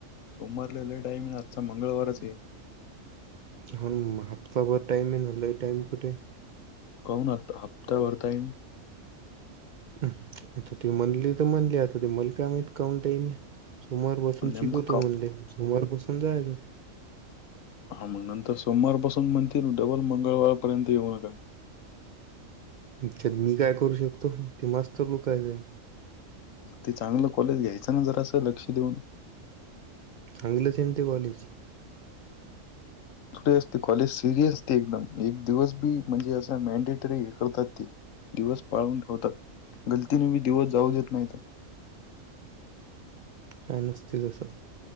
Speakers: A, on the left (about 75°); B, on the right (about 70°).
A: सोमवार लई टाईम लागता मंगळवारच ये.
B: हम्म हप्ता भर टाइम आहेना लई टाइम कुठे.
A: काऊन आता, हप्ता भर टाइम.
B: हम, आता ते म्हणले तर म्हणले आता ते मल काय माहित काऊन टईम. सोमार बसून
A: नेमकं
B: शिकवतो
A: का
B: म्हणले सोमवार बसून जायच
A: हा मग नंतर सोमवार पासून म्हणतील डबल मंगळवारपर्यंत येऊ नका.
B: अच्च्यात मी काय करू शकतो ते मस्त लोकयच आहे.
A: ते चांगलं कॉलेज घ्यायचं ना जरा असं लक्ष देऊन
B: सांगलंले समती गलीची
A: असते कॉलेज सिरियसते एकदम एक दिवस बी म्हणजे असं मॅडेटरी हे करतात ते दिवस पाळून ठेवतात गलतीने मी दिवस जाऊ देत नाहीत
B: काय नसतय तसं